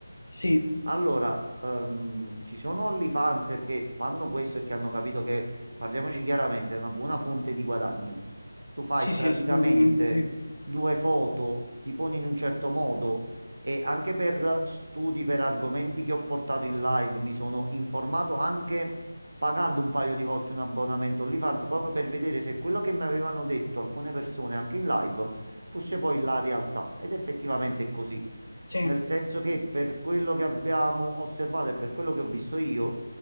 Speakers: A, on the left; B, on the right.
A: Sì,
B: Allora, ehm, ci sono OnlyFanser che fanno questo e che hanno capito che, parliamoci chiaramente, è una buona fonte di guadagno. Tu fai
A: sì,
B: praticamente
A: sì, assolutamente sì.
B: due foto, ti poni in un certo modo e anche per studi, per argomenti che ho portato in live, mi sono informato anche pagando un paio di volte un abbonamento OnlyFans proprio per vedere se quello che mi avevano detto alcune persone anche in live fosse poi la realtà. Ed effettivamente è così.
A: Sì,
B: Nel senso che per quello che abbiamo osservato e per quello che ho visto io,